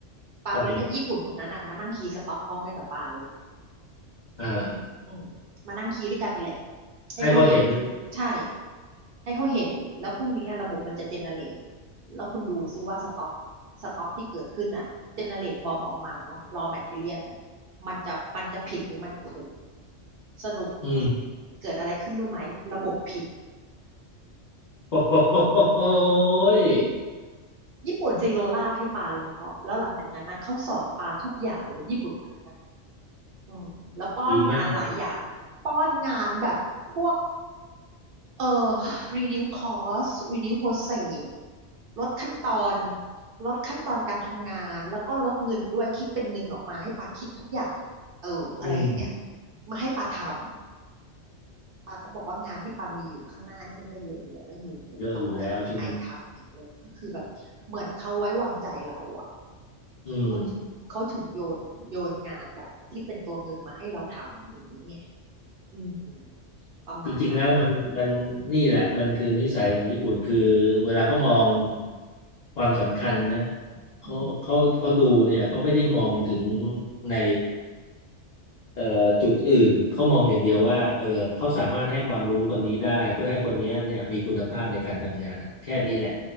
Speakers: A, on the right; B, on the left.
A: ปาไปเรียกญี่ปุ่นคนนั้นอ่ะมานั่งคีย์สต็อกพร้อมกันกับปาเลย
B: ทำยังไงอ่า
A: อืมมานั่งคีย์ด้วยกันนี่แหละให้เขาเห็น
B: ให้เขาเห็น
A: ใช่ให้เขาเห็นแล้วพรุ่งนี้ระบบมันจะเจเนเรตแล้วคุณดูซิว่าสต็อกสต็อกที่เกิดขึ้นอ่ะเจเนเรตบอมออกมาเนาะรอแมทเทเรียลอ่ะมันจะมันจะผิดหรือมันจะถูกสรุป
B: อืม
A: เกิดอะไรขึ้นรู้ไหมระบบผิด
B: โอ้โหย
A: ญี่ปุ่นซีโรลาให้ปาเลยเพราะแล้วหลังจากนั้นนะเขาสอนปาทุกอย่างเลยญี่ปุ่นคนนั้นนะอืมแล้วป้อนงานหลายอย่าง
B: ดีมากนะ
A: ป้อนงานแบบพวกเอ่อ reduce cost reduce process ลดขั้นตอนลดขั้นตอนการทำงานแล้วก็ลดเงินด้วยคิดเป็นเงินออกมาให้ปาคิดทุกอย่างอะเอออะไรอย่างเงี้ย
B: อืม
A: มาให้ปาทำ ปาก็บอกว่างานที่ปามีอยู่ข้างหน้านี่มันก็เยอะอยู่แล้วนะอยู่เอาอะไรมาให้ไอทำอีกเลยก็คือแบบเหมือนเขาไว้วางใจเราอ่ะ
B: เยอะอยู่แล้วใช่ไหมอืม
A: เขาถึงเขาถึงโยนโยนงานแบบที่เป็นตัวเงินมาให้เราทำอย่างนี้ไงอืมประมาณนั้น
B: จริงๆแล้วมันมันนี่แหละมันคือนิสัยของญี่ปุ่นคือเวลาเขามองความสำคัญนะเขาเขาเขาดูเนี่ยเขาไม่ได้มองถึง
A: อืม
B: ในเอ่อจุดอื่นเขามองอย่างเดียวว่าเออเขาสามารถให้ความรู้คนนี้ได้เพื่อให้คนนี้เนี่ยมีคุณภาพในการทำงานแค่นี้แหละ